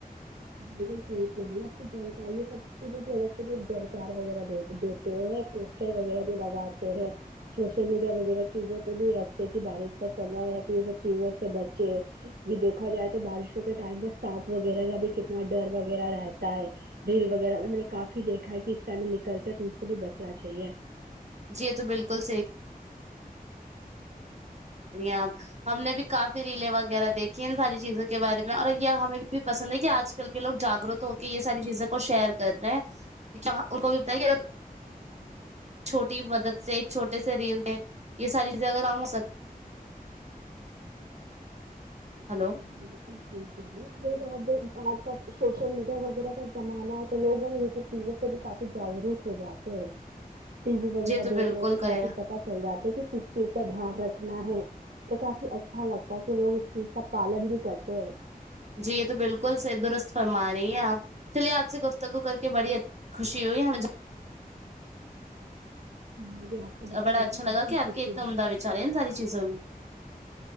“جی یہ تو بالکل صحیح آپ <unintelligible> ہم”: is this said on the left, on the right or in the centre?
Right